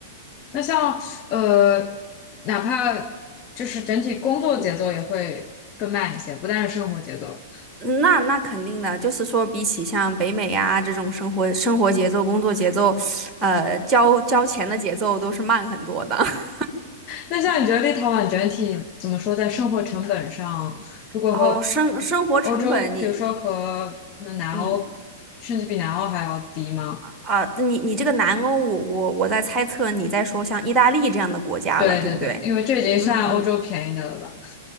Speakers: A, on the left; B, on the right.
A: 那像呃，哪怕就是整体工作节奏也会更慢一些，不但是生活节奏。
B: 那那肯定的，就是说，比起像北美呀、这种生活生活节奏、工作节奏，呃，交交钱的节奏都是慢很多的。<laughs>
A: 那像你觉得立陶宛整体怎么说，在生活成本上，如果和
B: 哦，生生活成本你，
A: 欧洲，比如说和可能南欧，
B: 嗯
A: 甚至比南欧还要低吗？
B: 啊，你你这个南欧，我我我在猜测你在说像意大利这样的国家了，
A: 对对对，
B: 对不对？
A: 因为这已经算欧洲便宜的了吧？
B: 嗯，